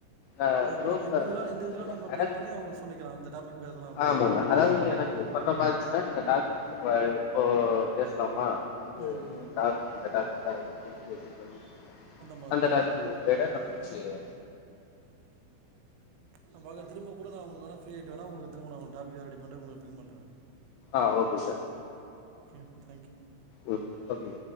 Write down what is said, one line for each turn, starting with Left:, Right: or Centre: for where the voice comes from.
Left: ஆ
Right: ஓ
Left: குரூப்ல
Right: இப்ப இண்டிவிஜுவலா
Left: அ
Right: இண்டிவிஜுவலா
Left: தனியா
Right: நம்ம
Left: எனக்கு
Right: பிங் பண்ணி அவங்களுக்கு சொல்லிக்கலாம் இந்த டாபிக் பேசலாம் அப்படின்னு
Left: ஆமாங்க அதாவது எனக்கு பன்ற பாச்சு ட இந்த டாஸ்க்கு கா இப்போ பேசலாமா இப்பு
Right: ம் ம்
Left: டாபிக் இந்த டாபிக் <inaudible>
Right: மாதிரி
Left: அந்த
Right: சொல்றீங்க
Left: டாஸ்க் ரிலெட்ட ச்சிவ
Right: ஆ போங்க திரும்ப கூட நான் உங்களுக்கு வேனா பிரியாகீட்டு வேனா உங்களுக்கு இருங்க நா உங்க டாப்பிக்க ரெடி பண்ணீட்டு உங்களுக்கு பின் பண்றேன்
Left: ஆஹ் ஓகே சார்
Right: தேங்க் யூ
Left: ம் ஓகே